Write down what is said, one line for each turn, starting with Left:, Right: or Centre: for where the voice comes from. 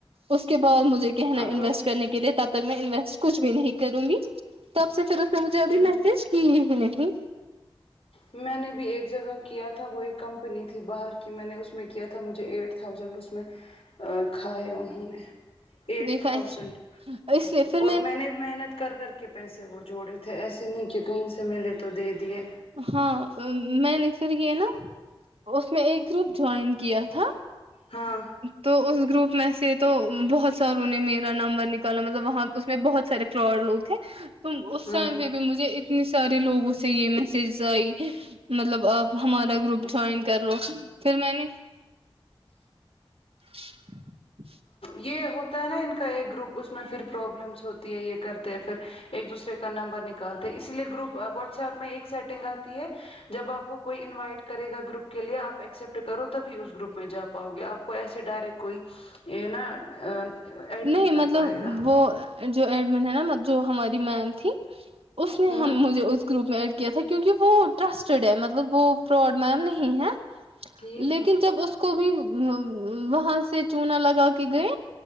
Right: اس کے بعد مجھے کہنا ہے انویسٹ
Left: ہوں
Right: کرنے کے لیے تب تک میں انویسٹ کچھ بھی نہیں کروں گی تب سے پھر اس نے مجھے ابھی
Left: ہوں
Right: میسج کی ہی نہیں
Left: میں نے بھی ایک جگہ کیا تھا وہ ایک کمپنی تھی باہر کی میں نے اس میں کیا تھا مجھے ایٹ تھاؤزینڈ اس میں کھایا انہوں نے ایٹ
Right: دیکھا
Left: تھاؤزینڈ
Right: اس لیے پھر
Left: اور میں نے محنت کر کر کے پیسے وہ جوڑے تھے ایسے نہیں کہ کہیں سے ملے تو دے دیے
Right: ہاں میں نے پھر یہ نا اس میں ایک گروپ جوائن کیا تھا
Left: ہاں
Right: تو اس گروپ میں سے تو بہت ساروں نے میرا نمبر ن نکلا مطلب وہاں پہ اس میں بہت سے فراڈ لوگ تھے تو اس
Left: ہوں
Right: ٹائم پ پھر مجھے اتنے سارے لگوں سے یہ میں سرزئی مطلب آپ ہمارا گروپ جوائن کر لو پھر میں نے <inaudible>
Left: یہ ہوتا ہے نا ان کا ایک گروپ اس میں پھر پرابلمس ہوتی ہے یہ کرتے ہیں پھر ایک دوسرے کا نمبر نکالتے اسی لیے گروپ واٹس ایپ میں ایک سیٹنگ آتی ہے جب آپ کو کوئی انوائٹ کرے گا گروپ کے لیے آپ ایکسپٹ کرو تبھی اس گروپ میں جا پاؤ گے آپ کوئی ایسے ڈائریکٹ کوئی یہ نا ایڈ
Right: نہیں
Left: کر
Right: مطلب
Left: پائے گا
Right: وہ جو ایڈ مین ہے نا جو ہماری میم تھی اس نے
Left: ہوں
Right: مجھے اس گروپ میں ایڈ کیا تھا کہ کیونکہ وہ ٹرسٹڈ ہے مطلب وہ فراڈ میم نہیں ہے
Left: ٹھیک
Right: لیکن جب اس کو بھی وہاں سے چونا لگا کے گئے